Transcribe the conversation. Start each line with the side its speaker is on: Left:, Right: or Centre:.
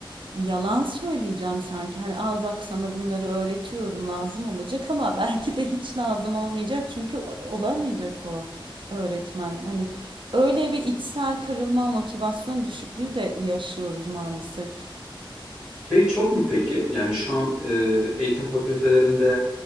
Right: yalan söyleyeceğim sanki. Hani al bak sana bunları öğretiyorum lazım olacak ama <laughs> belki de hiç lazım olmayacak çünkü olamayacak o öğretmen. Hani öyle bir içsel kırılma, motivasyon düşüklüğü de yaşıyoruz maalesef.
Centre: şey çok mu peki? Yani şu an e, eğitim fakültelerinde